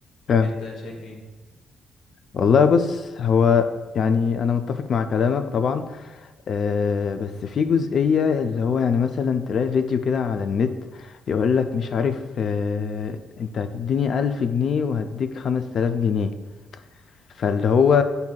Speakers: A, on the left; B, on the left.
A: فعلا
B: انت شايف إيه؟
A: والله بص هو يعني انا متفق مع كلامك طبعا آه، بس في جزئية اللي هو يعني مثلا تلاقي فيديو كده على النت يقولك مش عارف آه، انت هتديني ألف جنيه وهديك خمس تلاف جنيه فاللي هو